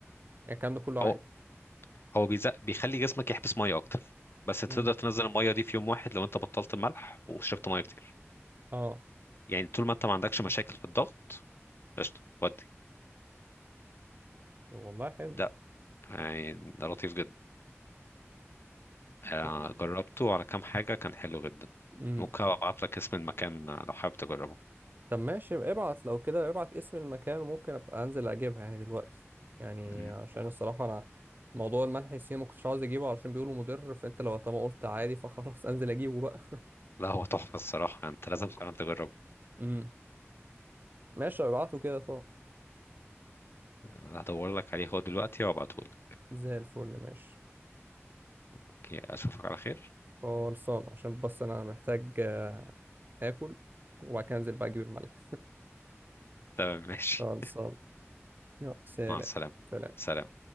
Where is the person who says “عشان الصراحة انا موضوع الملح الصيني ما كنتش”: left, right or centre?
Right